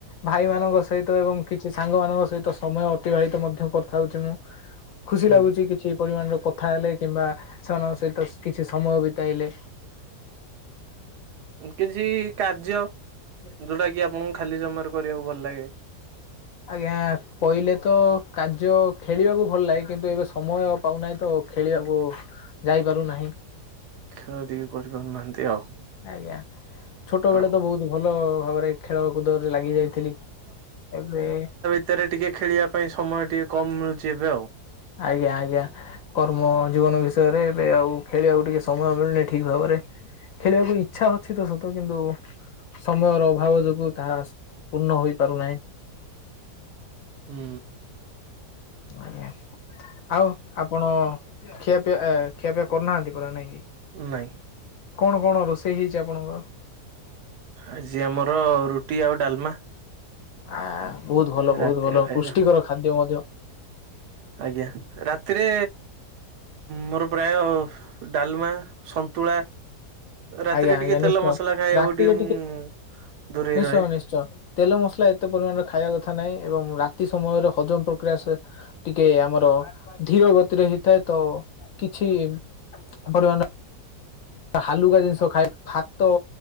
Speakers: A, on the left; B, on the right.
A: ଭାଇମାନଙ୍କ ସହିତ ଏବଂ କିଛି ସାଙ୍ଗମାନଙ୍କ ସହିତ ସମୟ ଅତିବାହିତ ମଧ୍ୟ କରିଥାଉଛି ମୁଁ ଖୁସି
B: ହୁଁ
A: ଲାଗୁଛି କିଛି ପରିମାଣର କଥା ହେଲେ, କିମ୍ବା ସେମାନଙ୍କ ସହିତ କିଛି ସମୟ ବିତାଇଲେ
B: କିଛି କାର୍ଯ୍ୟ
A: ହୁଁ।
B: ଯୋଉଟା କି ଆପଣଙ୍କୁ ଖାଲି ଜମରେ କରିବାକୁ ଭଲ ଲାଗେ
A: ଆଜ୍ଞା କହିଲେ ତ କାର୍ଯ୍ୟ ଖେଳିବାକୁ ଭଲ ଲାଗେ କିନ୍ତୁ ଏବେ ସମୟ ପାଉନାହିଁ ତ ଖେଳିବାକୁ ଯାଇପାରୁନାହିଁ
B: ଖେଳ ଟିକେ କରିପାରୁନାହାନ୍ତି ଆଉ।
A: ଆଜ୍ଞା ଛୋଟ
B: ଆଉ
A: ବେଳେ ତ ବହୁତ ଭଲ ଭାବରେ ଖେଳ କୁଦରେ ଲାଗି ଯାଇଥିଲି ଏବେ
B: ଭତରେ ଟିକେ ଖେଳିବା ପାଇଁ ସମୟ ଟିକେ କମ୍ ମିଳୁଛି ଏବେ ଆଉ।
A: ଆଜ୍ଞା ଆଜ୍ଞା। କର୍ମ ଜୀବନ ବିଷୟରେ ଏବେ ଆଉ ଖେଳିବାକୁ ଟିକେ ସମୟ ମିଳୁନି ଠିକ ଭାବରେ ଖେଳିବାକୁ ଇଚ୍ଛା ଅଛି ତ ସତ କିନ୍ତୁ ସମୟର ଅଭାବ ଯୋଗୁ ତାହା ପୂର୍ଣ୍ଣ ହୋଇପାରୁନାହିଁ।
B: ହୁଁ।
A: ଆଜ୍ଞା ଆଉ ଆପଣ ଖିଆ ପିଆ ଖିଆପିଆ କରୁନାହାନ୍ତି ପୁରରା ନାଇଁ କିି?
B: ନାଇଁ।
A: କଣ କଣ ରୋଷେଇ ହେଇଛି ଆପଣଙ୍କର?
B: ଆଜି ଆମର ରୁଟି ଆଉ ଡାଲମା।
A: ଆ ବହୁତ ଭଲ, ବହୁତ
B: ରାତିର
A: ଭଲ
B: ଖାଇବା
A: ପୁଷ୍ଟିକର ଖାଦ୍ୟ ମଧ୍ୟ।
B: ଆଜ୍ଞା ରା ତି ରେ ମୋର ପ୍ରାୟ ଡାଲମା, ସନ୍ତୁଳା ରାତିରେ
A: ଆଜ୍ଞା
B: ଟିକେ
A: ଆଜ୍ଞା
B: ତେଲ
A: ନିଶ୍ଚୟ
B: ମସଲା ଖାଇବାକୁ
A: ରାତିରେ
B: ଟିକେ ମୁଁ ଦୂରେଇ
A: ନିଶ୍ଚୟ
B: ରହେ।
A: ନିଶ୍ଚୟ ତେଲ ମସଲା ଏତେ ପରିମାଣରେ ଖାଇବା କଥା ନହିଁ ଏବଂ ରାତି ସମୟରେ ହଜମ ପ୍ରକ୍ରିୟା ଟିକେ ଆମର ଧୀର ଗତିରେ ହେଇଥାଏ ତ କିଛି ପରିମାଣ ହାଲୁକା ଜିନିଷ ଖଏ ଭାତ